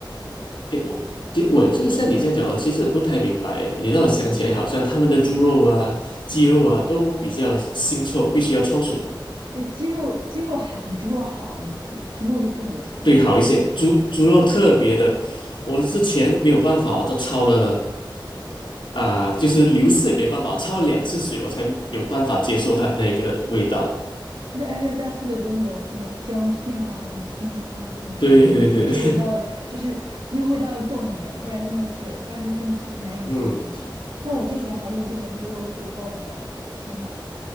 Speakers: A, on the left; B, on the right.
A: 诶，我其实我就像你这样讲，我其实不太明白诶，也让我想起来，
B: 嗯，
A: 好像他们的猪肉啊、鸡肉啊都比较腥臭，必须要焯水。
B: 对，鸡肉鸡肉还比猪肉好一些，猪肉会更恶心，
A: 对，
B: <laughs>
A: 好一些，猪猪肉特别的，我之前没有办法，我都焯了啊、就是流失也没办法，焯了两次水，我才有办法接受它那个味道。
B: 而且而且要加特别多那种什么姜片啊、什么葱花、什么什么的，
A: 对对对，
B: 呃主要是味道就是那种味道要重一点，不然真的是不然就真的是难以下咽。
A: <laughs> 嗯
B: 像我之前还有这边猪肉碎包的饺子，天呐！